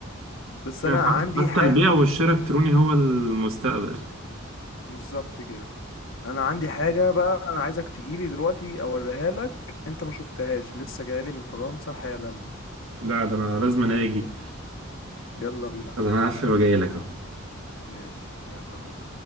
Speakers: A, on the left (about 65°); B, on the right (about 70°).
A: بس
B: يعني
A: أنا
B: حت-
A: عندي
B: حتى
A: ح
B: البيع والشراء الإلكتروني هو المستقبل
A: بالظبط كده انا عندي حاجه بقى انا عايزك تجيلي دلوقتي اوريها لك انت ما شفتهاش لسه جايلي من فرنسا حالا
B: لا ده أنا لازم أنا أجي
A: يلا بينا
B: ده أنا
A: انا مستنيك
B: هقفل وجاي لك أهو.
A: ماشي يلا بينا